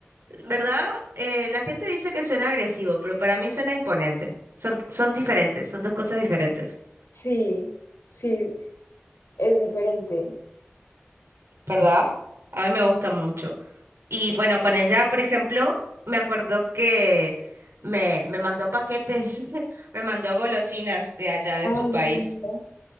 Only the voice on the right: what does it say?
¿verdad? Eh, la gente dice que suena agresivo, pero para mí suena imponente. Son, son diferentes, son dos cosas diferentes.
¿verdad? A mí me gusta mucho. Y bueno, con ella, por ejemplo, me acuerdo que me, me mandó paquetes, <laughs> me mandó golosinas de allá de
su país.